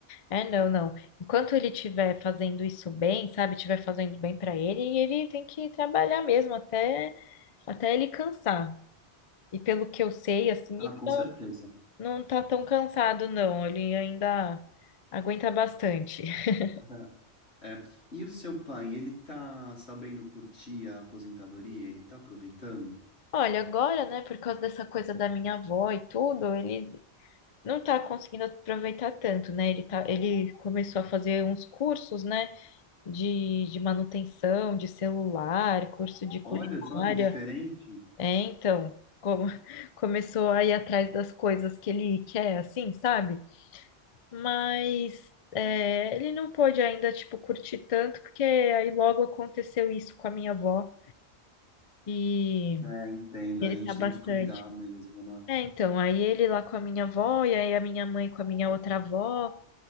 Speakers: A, on the left; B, on the left.
A: É, não, não. Enquanto ele estiver fazendo isso bem, sabe, estiver fazendo bem para ele, ele tem que trabalhar mesmo até, até ele cansar. E pelo que eu sei, assim,
B: Ah,
A: ele
B: com
A: não,
B: certeza.
A: não tá tão cansado, não. Ele ainda aguenta bastante. <laughs>
B: <laughs> É. E o seu pai, ele tá sabendo curtir a aposentadoria? Ele tá aproveitando?
A: Olha, agora, né, por causa dessa coisa da minha avó e tudo, ele não tá conseguindo aproveitar tanto, né? Ele tá, ele começou a fazer uns cursos, né, de, de manutenção de celular, curso de culinária.
B: Olha só que diferente.
A: É, então, co- <laughs> começou a ir atrás das coisas que ele quer, assim, sabe? Mas é, ele não pôde ainda, tipo, curtir tanto, porque aí logo aconteceu isso com a minha avó e
B: É, entendo,
A: ele
B: a gente
A: tá bastante.
B: tem que cuidar mesmo, né?
A: É, então, aí ele lá com a minha avó e aí a minha mãe com a minha outra avó,